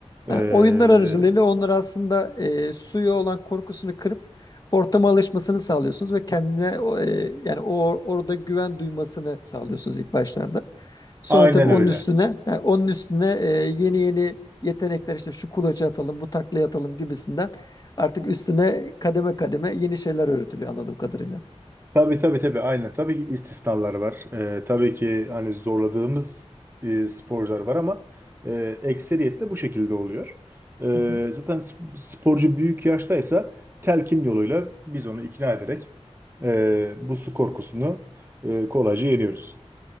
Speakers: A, on the left (about 35°); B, on the right (about 20°).
A: Ha,
B: e,
A: oyunlar aracılığıyla onları aslında e, suya olan korkusunu kırıp ortama alışmasını sağlıyorsunuz ve kendine o, e, yani o orada güven duymasını sağlıyorsunuz ilk başlarda. Sonra
B: aynen
A: tabii onun
B: öyle.
A: üstüne ha, onun üstüne e, yeni yeni yetenekler işte şu kulaça atalım, bu taklaya atalım gibisinden artık üstüne kademe kademe yeni şeyler öğretiliyor anladığım kadarıyla.
B: Tabii tabii tabii aynen. Tabii ki istisnalar var. Ee, tabii ki hani zorladığımız e, sporcular var ama e, ekseriyetle bu şekilde oluyor. Ee,
A: <laughs>
B: zaten sp- sporcu büyük yaştaysa telkin yoluyla biz onu ikna ederek e, bu su korkusunu e, kolayca yeniyoruz.